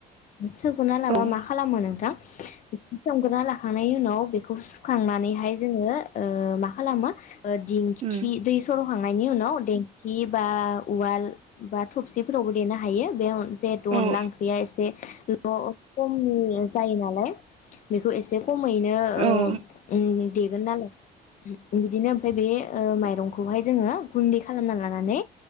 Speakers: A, on the left; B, on the right.
A: सखुना लाबा
B: औ
A: मा खालामो नोंथां बेखौ सोमग्रोना लाखांनायनि उनाव बेखौ सुखांनानैहाय जोङो ओ मा खालामो ओ दिंखि
B: उम
A: दै सर'हां नायनि उनाव देंखि बा उवाल बा थबसिफोरावबो देनो हायो बे जहेथु
B: औ
A: अनला ओंख्रिया एसे ल कममि जायो नाल बेखौ एसे खमैनो ओ
B: औ
A: उम देगोन नालाय बिदिनो ओमफ्राय बे माइरंखौहाय जोङो गुन्दै खालामना लानानै